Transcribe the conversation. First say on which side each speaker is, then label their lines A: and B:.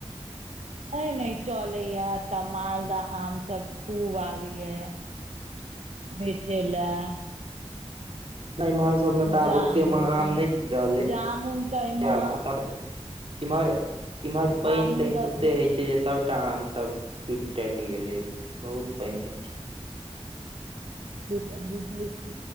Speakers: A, on the right; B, on the right.
A: नय नय चलै या एतऽ मालदह आम सब खूब आबै या
B: <inaudible>
A: बेचे लऽ
B: नइ इम्हर सभमे तऽ आब
A: जामुन
B: ओतेक <inaudible> मह आम नइ रहलै
A: जामुन तऽ एमे
B: आब खतम इम्हर इम्हर पैइन
A: जामुन
B: तैइन
A: तऽ
B: तते हे छै जे सब टा आम सब टूट टाईट गेले बहुत पैइन हय छै।
A: <inaudible> जे तऽ बुझै छी